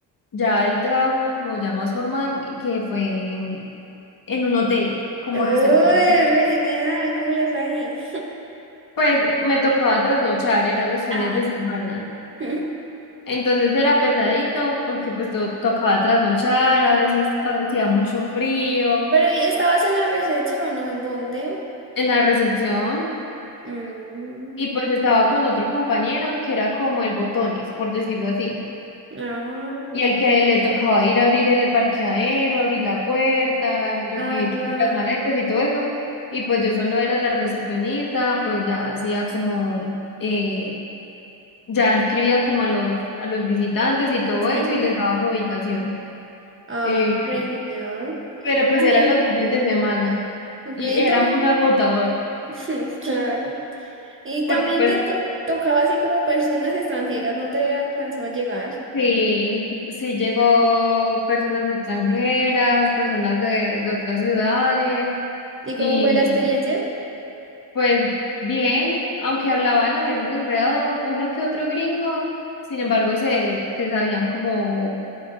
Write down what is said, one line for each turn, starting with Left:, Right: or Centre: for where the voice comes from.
Left: ya el trabajo como ya más formal, que fue en en un hotel como
Right: Uy,
Left: recepción.
Right: re genial, ¿cómo le fue ahí?
Left: Pues me tocaba trasnochar, eran los fines
Right: Ah.
Left: de semana.
Right: <laughs> Pero
Left: Entonces era pesadito porque pues to- tocaba trasnochar, a veces hacía mucho frío
Right: ¿y estabas en la recepción, o ¿no? ¿En dónde?
Left: en la recepción
Right: Mm,
Left: y pues estaba con otro compañero que era como el botones, por decirlo así.
Right: Ah, ok.
Left: Y al que a él le tocaba ir a abrir el parqueadero, abrir la puerta, recibir
Right: Ah, claro.
Left: las maletas y todo eso. Y pues yo solo era la recepcionista, pues ya hacía como, eh, ya escribía como a los, a los visitantes y todo
Right: Sí.
Left: eso y les daba su habitación.
Right: Ah,
Left: Eh,
Right: re genial.
Left: Pero pues
Right: También.
Left: eran los fines de semana
Right: Ok,
Left: y era
Right: también.
Left: muy agotador,
Right: <laughs> Claro. Y
Left: porque
Right: también
Left: pues
Right: te to- tocaba así como personas extranjeras, no te alcanzó a llegar.
Left: sí, sí llegó personas extranjeras, personas de, de otras ciudades
Right: ¿Y
Left: y
Right: cómo fue la experiencia?
Left: pues bien, aunque hablaban a veces enredado uno que otro gringo, sin embargo se, se sabían como